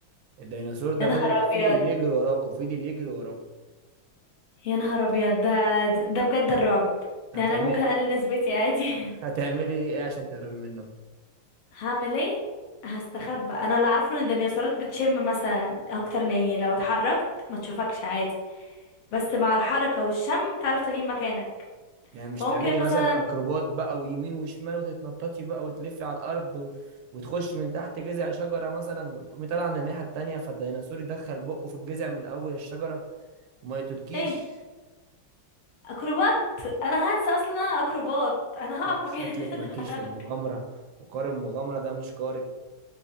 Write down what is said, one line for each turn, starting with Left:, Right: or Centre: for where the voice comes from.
Right: الديناصور ده
Left: يا نهار
Right: فضل
Left: ابيض
Right: فضل يجري وراكوا فضل يجري وراكوا
Left: يا نهار ابيض ده ده بجد الرعب
Right: هتعملي
Left: يعني انا ممكن اقلل نسبتي عادي
Right: هتعملي ايه عشان تهربي منه
Left: <laughs> هعمل ايه هستخبى انا اللي اعرفه ان الديناصورات بتشم مثلا اكتر من يعني لو اتحركت ما تشوفكش عادي بس مع الحركه والشم تعرف تجيب مكانك
Right: يعني مش
Left: فممكن
Right: تعملي
Left: مثلا
Right: مثلا اكروبات بقى ويمين وشمال وتتنططي بقى وتلفي على الارض و... وتخش من تحت جذع شجره مثلا وتقومي طالعه من الناحيه التانيه فالديناصور يدخل بقه في الجذع من اول الشجره وما يقتلكيش
Left: ايه اكروبات انا هنسى اصلا إن انا اكروبات انا هقف
Right: انت
Left: مكاني
Right: شكلك
Left: <laughs> عشان
Right: مالكيش
Left: اتحرك
Right: في المغامره وقارب المغامره ده مش قارب